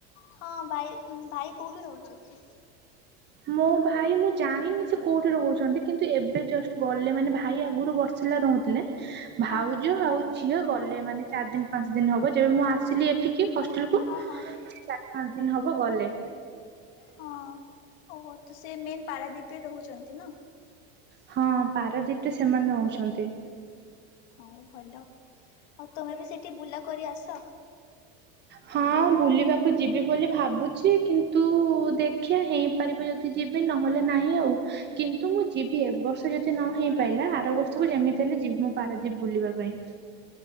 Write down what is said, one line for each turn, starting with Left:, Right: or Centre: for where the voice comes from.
Left: ହଁ ଭାଇ ଭାଇ କୋଉଠି ରହୁଛନ୍ତି?
Right: ମୋ ଭାଇ ମୁଁ ଜାଣିନି ସେ କୋଉଠି ରହୁଛନ୍ତି କିନ୍ତୁ ଏବେ ଜଷ୍ଟ ଗଲେ ମାନେ ଭାଇ ଆଗରୁ ବରସି ର ଭାଉଜ
Left: ହଁ ହଁ
Right: ଆଉ ଝିଅ ଗଲେ ମାନେ ଚାରି ଦିନ ପାଞ୍ଚ ଦିନ ହବ ଯେବେ ମୁଁ ଆସିଲି ଏ ଠିକ ହଷ୍ଟେଲ କୁ
Left: ହଁ
Right: ଚାରି
Left: ହଁ
Right: ପାଞ୍ଚ ଦିନ ହବ ଗଲେ।
Left: ହଁ। ଓହ ତ ସେ ମେନ୍ ପାରାଦଵୀରେ ରହୁଛନ୍ତି ନା?
Right: ହଁ ପାରାଦୀପ ରେ ସେମାନେ ରହୁଛନ୍ତି।
Left: ହଉ ଭଲ ଆଉ ତମେ ବି ସେଠି ବୁଲା କରି ଆସ।
Right: ହଁ ବୁଲିବାକୁ ଯିବି ବୋଲି ଭାବୁଛି କିନ୍ତୁ ଦେଖିବା ହେଇପାରିବ ଯଦି ଯିବି ନହେଲେ ନାଇ। ନାଇ ଆଉ କିନ୍ତୁ ମୁଁ ଯିବି ଏ ବର୍ଷ ଯଦି ନ ହେଇ ପାଇଲା ଆର ବର୍ଷକୁ ଯେମିତି ହେଲେ ଯିବି ମୁଁ ପାର ଯିବି ବୁଲିବା ପାଇଁ।